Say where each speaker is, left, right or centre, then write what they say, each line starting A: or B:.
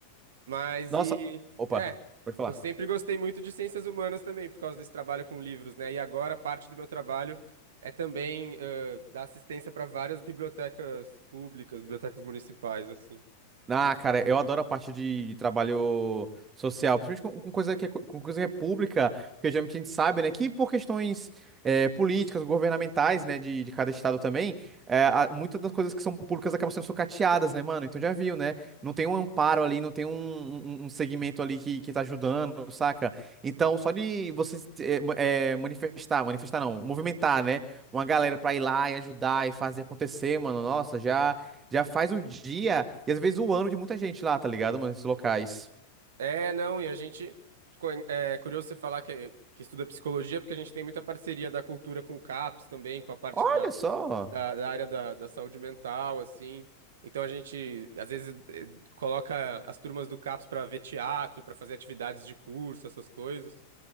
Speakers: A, on the right; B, on the right.
A: Mas
B: Nossa,
A: e
B: opa,
A: é,
B: pode falar.
A: eu sempre gostei muito de ciências humanas também, por causa desse trabalho com livros, né? E agora parte do meu trabalho é também ãh, dar assistência para várias bibliotecas públicas, bibliotecas municipais, assim.
B: Ah, cara, eu adoro a parte de, de trabalho social, principalmente com, com coisa que é, co- com coisa que é pública, porque geralmente a gente sabe, né, que por questões eh, políticas, governamentais, né, de, de cada estado também, eh, a- muitas das coisas que são públicas acabam sendo sucateadas, né, mano? Então já viu, né? Não tem um amparo ali, não tem um, um, um segmento ali que, que tá ajudando, saca? Então, só de você eh, ma- eh, manifestar, manifestar não, movimentar, né, uma galera pra ir lá e ajudar e fazer acontecer, mano, nossa, já. Já faz o dia e às vezes o ano de muita gente lá, tá ligado, mano? Esses locais.
A: É, não, e a gente. co- É curioso você falar que, que estuda psicologia, porque a gente tem muita parceria da cultura com o CAPS também, com a parte
B: Olha
A: da.
B: só.
A: da, da área da, da saúde mental, assim. Então a gente, às vezes, eh, coloca as turmas do CAPS para ver teatro, para fazer atividades de curso, essas coisas.